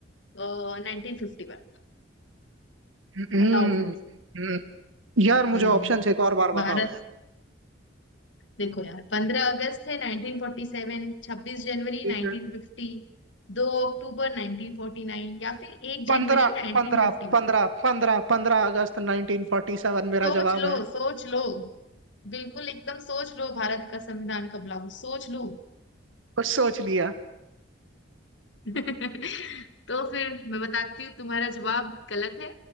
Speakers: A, on the left (about 70°); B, on the right (about 90°).
A: नाइनटीन फिफ्टी वन
B: हम्म,
A: बताओ फिर
B: हम्म। हम्म। यार मुझे
A: हम्म
B: ऑप्शन एक और बार बताओ
A: भारत
B: यार
A: देखो यार पंद्रह अगस्त है नाइनटीन फोर्टी सेवन छब्बीस जनवरी
B: ठीक
A: नाइनटीन
B: है
A: फिफ्टी दो अक्टूबर नाइनटीन फोर्टी नाइन या फिर एक
B: पंद्रह
A: जनवरी नाइनटीन
B: पंद्रह
A: फिफ्टी
B: पंद्रह
A: वन
B: पंद्रह पंद्रह अगस्त 1947 मेरा
A: सोच
B: जवाब
A: लो
B: है
A: सोच लो बिल्कुल एकदम सोच लो भारत का संविधान कब लागू सोच लो
B: कुछ सोच लिया
A: <laughs> तो फिर मैं बताती हूँ तुम्हारा जवाब गलत है